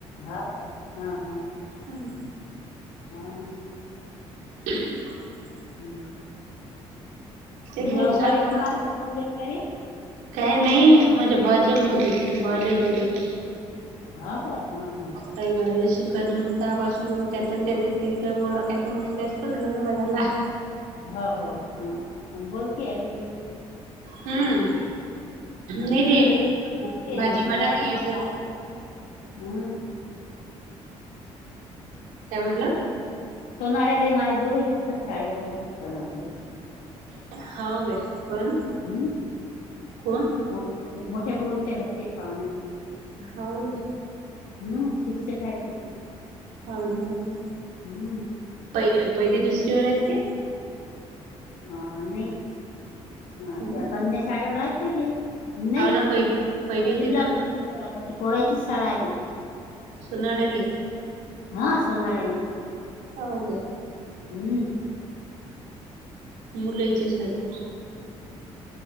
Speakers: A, on the left (about 80°); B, on the right (about 80°).
A: हाव काय? ह, ह.
B: हम्म.
A: हाव ना.
B: <inaudible>
A: हम्म.
B: ते
A: म्हणजे
B: बोल
A: अकरावी
B: चाल बोला
A: तुम्हालेच पहिले येते का ते?
B: काय नाही. माझ्या भावाचे होते. भावाले होते ते.
A: हाव काय? हा. ह.
B: ताई बारावी शिकवायला. मग त्यापासून मग त्याच न त्याच ओळख आहे त मग जास्तच घरोबा झाला.
A: हो हो. ह. बोल की आहेत न ती.
B: हम्म.
A: <unintelligible>
B: नाही ते भाजीपाला काही असं काय म्हंटल?
A: <unintelligible>
B: हाव काय? कोण?
A: हम्म,
B: कोण
A: मोठ्या पोरी. मोठ्या पोरीच्या घरचेत पाहुणे.
B: हाव का?
A: हम्म, शिक्षक हायेत ते.
B: हाव ना, हाव ना.
A: हम्म.
B: पहिली, पहिली दुसरी वर आहेत ते.
A: अ नाही. अ
B: मग
A: त्या कन्या शाळेवर आहेत ना ते. नाही
B: हाव ना पहिली पहिली
A: त्या जिल्हा
B: ते चौथी
A: परिषद वर काम करते. पोरायची शाळाय ते.
B: सोनाळ्याडले. <unintelligible>
A: हा सोनाळ्याले.
B: <unintelligible>
A: हम्म
B: मुलाच्या शाळेवर